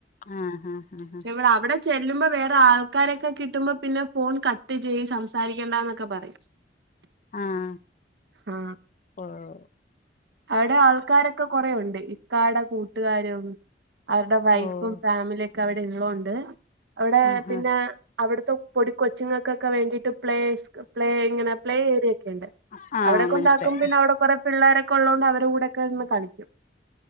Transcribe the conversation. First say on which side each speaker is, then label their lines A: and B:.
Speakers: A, on the left (about 45°); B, on the right (about 65°).
A: ആഹ് ആഹ് ആഹ്
B: എവിടാ അവിടെ ചെല്ലുമ്പോ വേറെ ആൾക്കാരെക്കെ കിട്ടുമ്പോ പിന്നെ ഫോൺ കട്ട് ചെയ്യും സംസാരിക്കണ്ടാന്നൊക്കെ പറയും
A: ആഹ്
B: ആ
A: ഓഹ്
B: അവിടെ ആൾക്കാരൊക്കെ കൊറേയൊണ്ട് ഇക്കാടെ കൂട്ടുകാരും അവര്ടെ വൈഫും
A: ഓഹ്
B: ഫാമിലിയക്കെ അവിടെ ഇള്ളകൊണ്ട് അവിടേ
A: ആഹ്
B: പിന്നെ അവിടത്തെ പൊടി കൊച്ച്ങ്ങക്കക്കെ വേണ്ടിട്ട് പ്ലേസ് പ്ലേ ഇങ്ങനെ പ്ലേ ഏരിയക്കെണ്ട്
A: ആഹ് ആഹ്
B: അവിടെകൊണ്ടാക്കും
A: മനസ്സിലായി
B: പിന്നെ അവിടെ കൊറെ പിള്ളേരക്കെ ഒള്ളകൊണ്ട് അവരെ കൂടെയൊക്കെ ഇര്ന്ന് കളിക്കും